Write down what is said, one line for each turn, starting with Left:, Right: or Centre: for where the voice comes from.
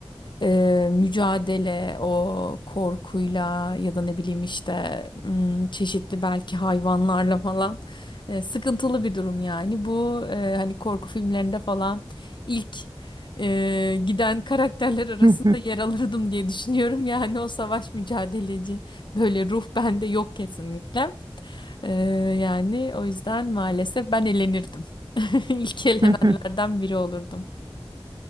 Left: e, mücadele o korkuyla ya da ne bileyim işte m, çeşitli belki hayvanlarla falan e, sıkıntılı bir durum yani. Bu e, hani korku filmlerinde falan ilk e, giden karakterler arasında
Right: <laughs> Hı hı,
Left: yer alırdım diye düşünüyorum. Yani o savaş mücadeleci böyle ruh bende yok kesinlikle. E, yani o yüzden maalesef ben elenirdim. <laughs> İlk elenenlerden
Right: hı
Left: biri olurdum.